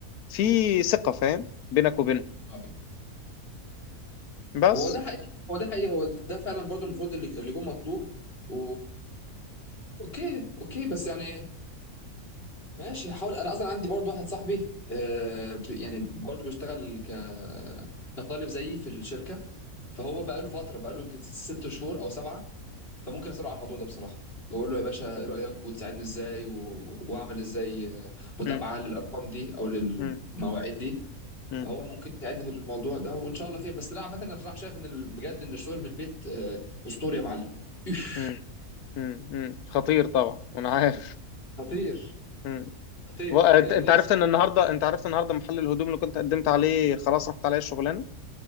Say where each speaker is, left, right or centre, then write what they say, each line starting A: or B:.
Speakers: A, on the left; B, on the left.
A: في ثقة فاهم بينك وبينهم
B: آه.
A: بس
B: هو ده حقيقي هو ده حقيقي هو ده فعلا برضو المفروض اللي اللي يكون مطلوب و... اوكي اوكي بس يعني ماشي هحاول انا اصلا عندي برضو واحد صاحبي آه بت- يعني برضو بيشتغل ك كطالب زيي في الشركة فهو بقى له فترة بقى له يمكن ست شهور او سبعة فممكن اساله على الموضوع ده بصراحة واقول له يا باشا ايه رأيك وتساعدني ازاي و... واعمل ازاي آه، متابعة
A: مم.
B: للارقام دي او للمواعيد
A: مم.
B: دي
A: مم.
B: فهو ممكن تعدي بالموضوع ده وان شاء الله خير بس لا عامه انا بصراحه شايف ان ال- بجد ان الشغل من البيت آه، اسطوري يا معلم إيش.
A: مم. مم. مم. خطير طبعا وانا عارف
B: خطير
A: مم.
B: خطير
A: و- انت
B: آه،
A: أنت
B: نفسي
A: عرفت ان النهارده انت عرفت النهارده محل الهدوم اللي كنت قدمت عليه خلاص رحت عليه الشغلانة